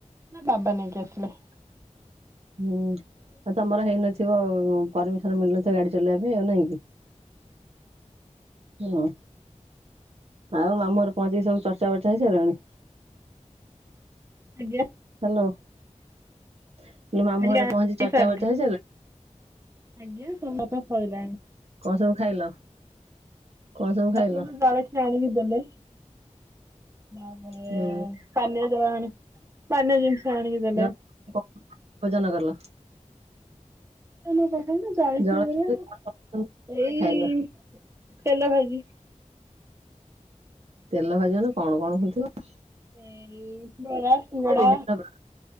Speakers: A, on the right; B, on the right.
A: ନାଇଁ ବାବା ନେଇକି ଆସିଲେ।
B: ହୁଁ ଆଉ ତମର ହେଇନଥିବ ପରମିସନ ମିଳନଥିବ ଗାଡି ଚଲେଇବା ପାଇଁ ଆଉ ନାଇଁ କି। ହୁଁ ଆଉ ମାମୁଁ ଘରେ ପହଞ୍ଚିକି ସବୁ ଚର୍ଚ୍ଚା ବର୍ଚ୍ଚା ହେଇସାରିଲାଣି।
A: ଆଜ୍ଞା
B: ହ୍ୟାଲୋ ମୁ କହିଲି ମାମୁଁ
A: ଆଜ୍ଞା
B: ଘରେ
A: ଆଣି
B: ପହଞ୍ଚି ଚର୍ଚ୍ଚା
A: ସାରିଲେ
B: ବର୍ଚ୍ଚା ହେଇସାଇଲଣି।
A: ଆଜ୍ଞା ତମ ପା ସଇଲାଣି
B: କଣ ସବୁ ଖାଇଲ? କଣ ସବୁ ଖାଇଲ?
A: ମତେ ତ ଜଳଖିଆ ଅଣିକି ଦେଲେ ତାପରେ
B: ହୁଁ
A: ପାନୀୟ ଜଳ ପାନୀୟ ଜିନିଷ ଆଣିକି ଦେଲେ।
B: ଜଳଖିଆରେ ଭୋଜନ କଲ।
A: <unintelligible> ରେ
B: ଜଳଖିଆରେ କଣ କଣ ସବୁ
A: ଏଇ
B: ଖାଇଲ?
A: ତେଲ ଭାଜି
B: ତେଲ ଭାଜନ କଣ କଣ ହଉଥିବ
A: ଏଇ ବରା ଶିଙ୍ଗଡ଼ା
B: ବିଭିନ୍ନ ପ୍ର